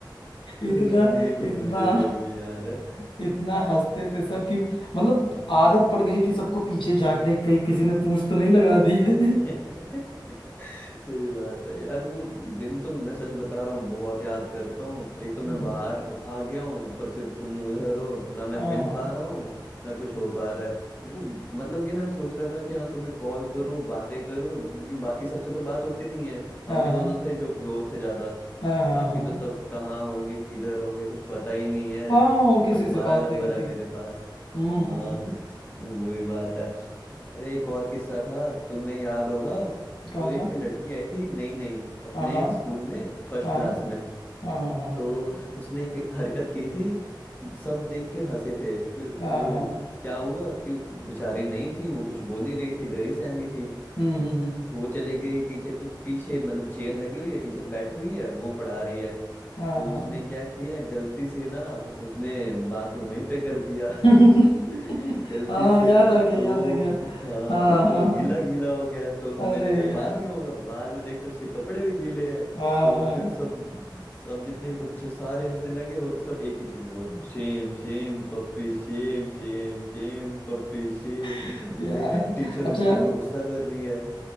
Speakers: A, on the left (about 80°); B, on the left (about 25°).
A: इतना
B: यार ये तो मुझे
A: इतना
B: भी अभी भी याद है
A: इतना हंसते थे सब कि मतलब
B: हम्म,
A: आदत पड़ गई थी सबको पीछे झांकने की कहीं किसी ने पूंछ तो नहीं लगा दी है
B: <laughs> सही बात है यार वो दिन तो मैं सच बता रहा हूँ बहुत याद करता हूँ एक तो मैं
A: हम्म,
B: बाहर आ गया हूँ ऊपर से तुम उधर हो ना मैं
A: हाँ
B: मिल
A: हाँ
B: पा रहा हूँ ना कुछ हो पा रहा है मेरे को मतलब कि ना मैं सोच रहा था कि हाँ तुम्हें कॉल करूँ बातें करूँ क्योंकि बाकी सबसे तो बात होती नहीं है
A: हाँ
B: हम ही दोनों
A: हाँ
B: थे जो क्लोज थे ज्यादा
A: हाँ हाँ
B: बाकी
A: हाँ
B: तो सब कहाँ होंगे किधर होंगे कुछ पता ही नहीं है
A: हाँ और किसी
B: बस तुम्हारा
A: से बात
B: नंबर
A: नहीं होती
B: है मेरे पास
A: हम्म
B: हाँ
A: हम्म
B: <laughs> वही बात है अरे एक और किस्सा था तुम्हें याद होगा
A: कौन
B: तो एक
A: सा
B: लड़की आई थी नई नई अपने
A: हाँ हाँ
B: स्कूल में फर्स्ट
A: हाँ
B: क्लास में
A: हाँ हाँ हाँ
B: तो उसने एक हरकत की थी सब देख के हंसे थे फिर वो
A: हाँ हाँ
B: क्या हुआ कि वो बेचारी नहीं थी वो कुछ बोल नहीं रही थी डरी सहमी थी
A: हम्म
B: तो
A: हम्म हम्म,
B: वो चले गई टीचर के पीछे मतलब चेयर लगी हुई है टीचर बैठी हुई है वो पढ़ा रही है
A: हाँ
B: तो
A: हाँ
B: उसने क्या किया गलती से ना उसने बाथरूम वहीं पे कर दिया
A: <laughs> हाँ
B: गलती से
A: याद आ गया
B: तो
A: याद
B: वो
A: आ गया
B: हाँ
A: हाँ हाँ
B: तो
A: हाँ
B: गीला गीला हो गया तो हमें
A: अरे
B: लगा
A: यार
B: पानी होगा बाद में देखते उसके कपड़े भी गीले हैं
A: हाँ
B: तो
A: हाँ
B: फिर सब सब जितने बच्चे सारे हंसने लगे और सब एक ही चीज बोल रहे shame shame puppy shame shame shame puppy shame भाई
A: <laughs> यार
B: टीचर
A: अच्छा
B: उसके ऊपर गुस्सा कर रही है